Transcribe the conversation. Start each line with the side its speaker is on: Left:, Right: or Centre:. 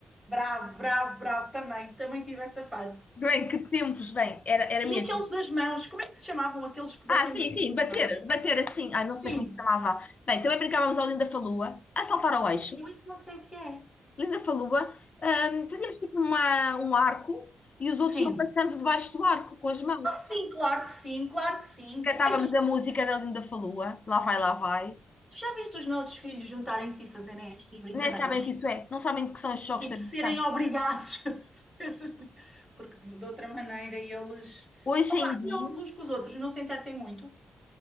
Centre: bravo, bravo, bravo. Também, também tive essa fase.
Left: Bem, que tempos, bem, era, era
Centre: E
Left: mesmo.
Centre: aqueles das mãos, como é que se chamavam aqueles que batíamos
Left: Ah, sim,
Centre: assim
Left: sim,
Centre: com as
Left: bater,
Centre: mãos?
Left: bater assim. Ai, não sei
Centre: Sim,
Left: como é que se chamava. Bem, também brincávamos ao Linda Falua, a saltar ao eixo.
Centre: eu isso não sei o que é.
Left: Linda Falua, hum, fazíamos tipo uma, um arco e os outros
Centre: Sim.
Left: iam passando debaixo do arco com as mãos.
Centre: Sim, claro que sim, claro que sim. Pô,
Left: Cantávamos
Centre: ai,
Left: a música da Linda Falua, Lá vai, lá vai.
Centre: tu já viste os nossos filhos juntarem-se e fazerem estas brincadeiras?
Left: nem sabem o que isso é, não sabem o que são os choques
Centre: Tipo,
Left: tradicionais.
Centre: serem obrigados. <laughs> a estas brin- Porque de de outra maneira eles.
Left: Hoje
Centre: Opa,
Left: em dia,
Centre: eles uns com os outros, não se entretêm muito.